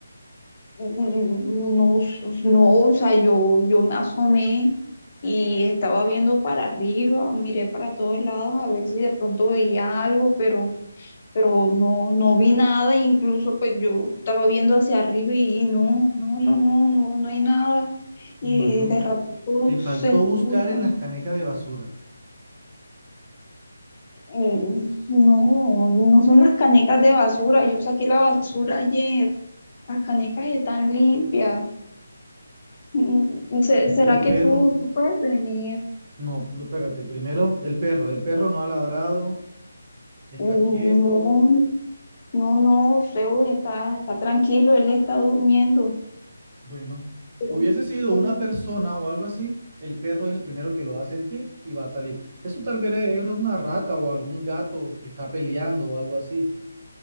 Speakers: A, on the left; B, on the right.
A: mm, no, no, o sea, yo, yo me asomé. Y estaba viendo para arriba, miré para todos lados a ver si de pronto veía algo, pero pero no, no vi nada, incluso pues yo estaba viendo hacia arriba y, y no, no, no, no, no, no hay nada. Y
B: Bueno,
A: de ratito
B: te faltó
A: se escuchan,
B: buscar en las canecas de basura.
A: eh, no, no son las canecas de basura, yo saqué la basura ayer, las canecas están limpias. Mm, se- ¿Será
B: El
A: que
B: perro,
A: tú, tú puedes venir?
B: no, no, espérate, primero el perro, el perro no ha ladrado, está
A: Mm,
B: quieto,
A: No, no, no, Zeus está, está tranquilo, él está durmiendo,
B: Bueno,
A: pero,
B: hubiese sido
A: pero
B: una
A: sí,
B: persona o algo así, el perro es el primero que lo va a sentir y va a salir. Eso tal vez era una rata o algún gato que está peleando o algo así.